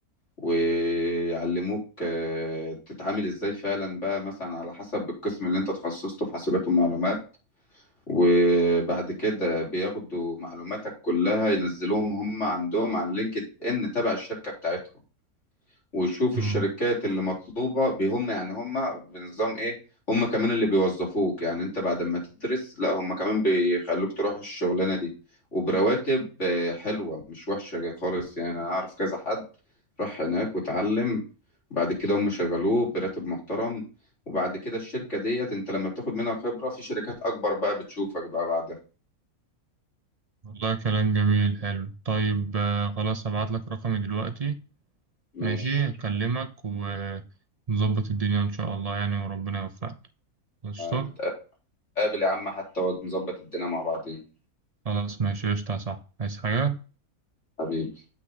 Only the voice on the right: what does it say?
مم.
والله كلام جميل حلو طيب آه، خلاص هبعت لك رقمي دلوقتي
ماشي أكلمك ونظبط الدنيا إن شاء الله يعني وربنا يوفقك قشطة
خلاص ماشي قشطة صح عايز حاجة؟